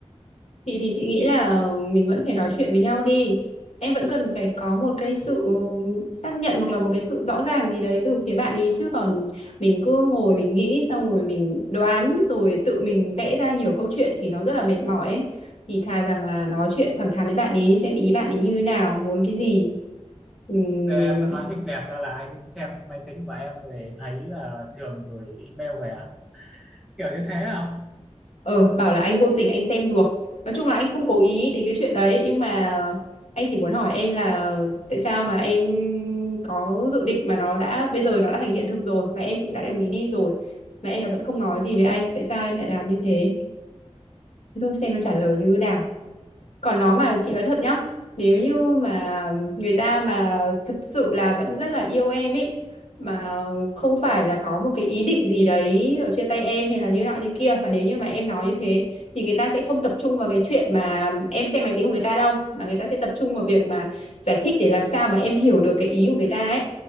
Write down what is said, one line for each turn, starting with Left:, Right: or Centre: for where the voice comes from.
Left: chị thì chị nghĩ là mình vẫn phải nói chuyện với nhau đi em vẫn cần phải có một cái sự xác nhận hoặc là một cái sự rõ ràng gì đấy từ phía bạn ấy chứ còn mình cứ ngồi mình nghĩ xong rồi mình đoán rồi tự mình vẽ ra nhiều câu chuyện thì nó rất là mệt mỏi ấy thì thà rằng là nói chuyện thẳng thắn với bạn ý xem ý bạn ý như thế nào muốn cái gì Ừm,
Centre: Thế em cứ nói việc tẹt ra là anh xem máy tính của em về thấy là trường gửi email về à? Kiểu như thế à?
Left: Ờ, bảo là anh vô tình anh xem được. Nói chung là anh không cố ý đến cái chuyện đấy nhưng mà anh chỉ muốn hỏi em là tại sao mà em có dự định mà nó đã bây giờ nó đã thành hiện thực rồi và em cũng đã đồng ý đi rồi mà em là vẫn không nói gì với anh, tại sao em lại làm như thế? Thế Thôi xem nó trả lời như thế nào. Còn nó mà chị nói thật nhá, nếu như mà người ta mà thật sự là vẫn rất là yêu em ấy, mà không phải là có một cái ý định gì đấy ở chia tay em hay là như nọ như kia, mà nếu như mà em nói như thế thì người ta sẽ không tập trung vào cái chuyện mà em xem máy tính của người ta đâu, mà người ta sẽ tập trung vào việc mà giải thích để làm sao mà em hiểu được cái ý của người ta ấy.